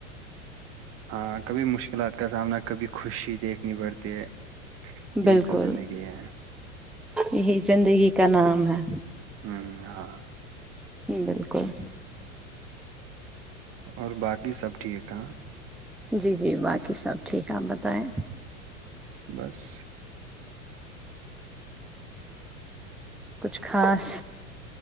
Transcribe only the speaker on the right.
ہاں کبھی مشکلات کا سامنا کبھی خوشی دیکھنی پڑتی ہے یہی
تو زندگی ہے
ہوں ہاں
اور باقی سب ٹھیک ہے
بس